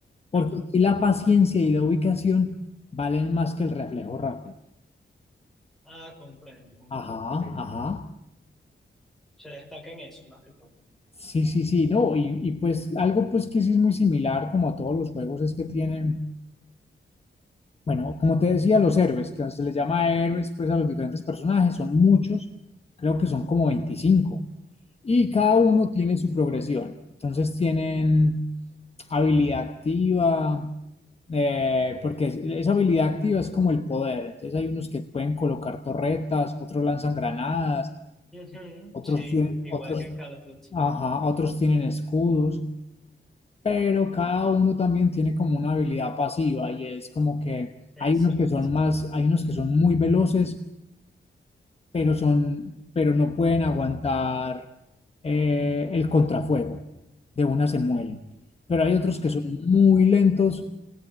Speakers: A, on the left; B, in the centre.
A: porque
B: Ajá,
A: aquí la paciencia y la ubicación valen más que el reflejo rápido.
B: Ah, comprendo, comprendo.
A: Ajá, ajá.
B: Se destaca en eso más que todo.
A: Sí, sí, sí, no, y, y pues algo pues que sí es muy similar como a todos los juegos es que tienen, bueno, como te decía, los héroes, que se les llama héroes pues a los diferentes personajes, son muchos, creo que son como 25. y cada uno
B: ok,
A: tiene su progresión. Entonces tienen habilidad activa, eh, porque es- esa habilidad activa es como el poder. Entonces hay unos que pueden colocar torretas, otros lanzan granadas,
B: Ujú,
A: otros
B: Sí,
A: tienen,
B: igual
A: otros,
B: que en Call of Duty.
A: ajá, otros tienen escudos, pero cada uno también tiene como una habilidad pasiva y es como que
B: Exacto.
A: hay unos que son más, hay unos que son muy veloces pero son, pero no pueden aguantar eh, el contrafuego, de una se mueren. Pero hay otros que
B: Ajá,
A: son muy lentos,